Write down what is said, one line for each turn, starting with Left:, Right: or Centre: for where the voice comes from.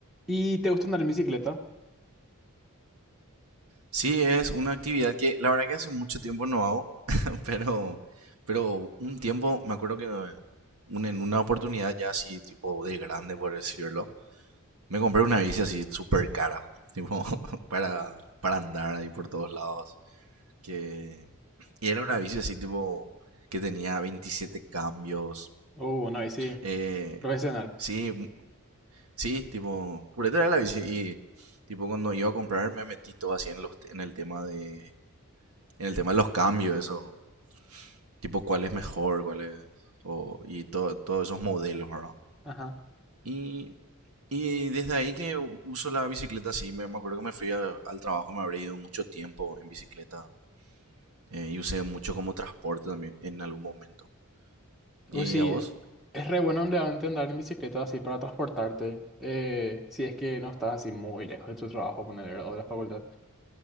Centre: ¿Y te gusta andar en bicicleta?
Right: Sí, es una actividad que la verdad que hace mucho tiempo no hago, <laughs> pero, pero un tiempo, me acuerdo que un- en una oportunidad ya así, tipo de grande, por decirlo, me compré una bici así súper cara, tipo, <laughs> para, para andar ahí por todos lados. Que, y era una bici así, tipo, que tenía 27 cambios.
Centre: Uh, una bici
Right: eh,
Centre: profesional.
Right: sí, m- sí, tipo, pureta era la bici y, tipo, cuando iba a comprar me metí todo así en, los, en el tema de en el tema de los cambios, eso, tipo cuál es mejor, cuál es, o- y todo, todos esos modelos, ¿verdad?
Centre: Ajá.
Right: Y, y desde ahí que u- uso la bicicleta, sí, me, me acuerdo que me fui a- al trabajo, me habría ido mucho tiempo en bicicleta, eh, y usé mucho como transporte también en algún momento. ¿Y
Centre: Uh, sí,
Right: a vos?
Centre: es re bueno realmente andar en bicicleta así para transportarte. eh, si es que no estás así muy lejos de tu trabajo, poner o de la facultad.